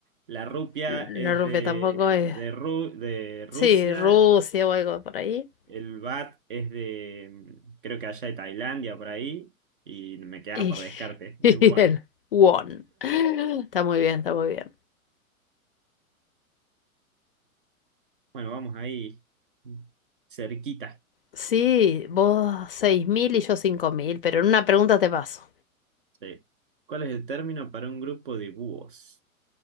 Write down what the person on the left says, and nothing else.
La
rupia
tampoco es.
Sí, Rusia o algo por ahí.
Y,
<laughs> y
el Won. Está muy bien, está muy bien.
Sí, vos 6.000 y yo 5.000, pero en una pregunta te paso.